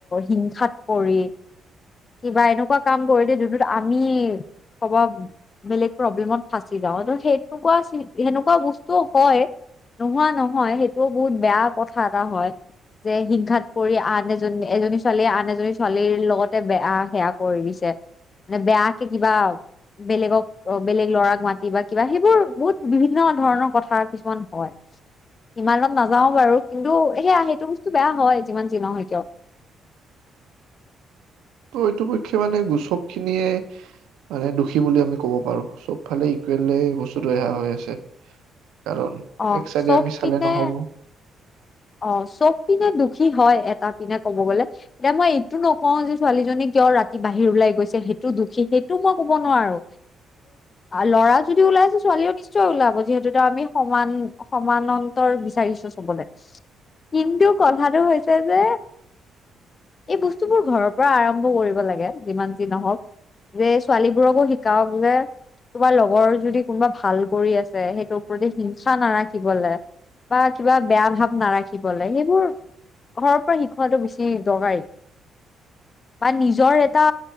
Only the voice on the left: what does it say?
হিংসাত পৰি কিবা এনেকুৱা কাম কৰি দিয়ে যোনটোত আমি কবা বেলেগ প্ৰব্লেমত ফাঁচি যাও ত সেইনেকুৱা সেনেকুৱা বস্তুও হয় নোহোৱা নহয় সেইটোও বহুত বেয়া কথা এটা হয়, যে হিংসাত পৰি আন এজনী এজনী ছোৱালীয়ে আন এজনী ছোৱালীৰ লগত বেয়া সেয়া কৰি দিছে মানে বেয়াকে কিবা বেলেগক বেলেগ লৰাক মাতি বা কিবা সেইবোৰ বহুত বিভিন্ন ধৰণৰ কথা কিছুমান হয়। সিমানত নাযাও বাৰু কিন্তু সেয়া সেইটো বস্তু বেয়া হয় যিমান যি নহয় কিয়
অ
চব
পিনে
অ চব পিনে দুখী হয় তাৰপিনে কব গলে এতিয়া মই এইটো নকও যে ছোৱালীজনী কিয় ৰাতি বাহিৰ ওলাই গৈছে সেইটো দুখী সেইটোও মই কব নোৱাৰো, ল'ৰা যদি ওলাই আছে ছোৱালীও নিশ্চয় ওলাব যিহেতু এ আমি সমান সমান্তৰ বিচাৰিছো চবলৈ কিন্তু কথাটো হৈছে যে, এই বস্তুবোৰ ঘৰৰ পৰা আৰম্ভ কৰিব লাগে যিমান যি নহওক, যে ছোৱালীবোৰকো শিকাওক যে তোমাৰ লগৰ যদি কোনোবা ভাল কৰি আছে সেইটোৰ প্ৰতি হিংসা নাৰাখিবলৈ বা কিবা বেয়া ভাৱ নাৰাখিব শিকিবলে, সেইবোৰ ঘৰৰ পৰা শিকোৱাটো বেছি দৰকাৰী বা নিজৰ এটা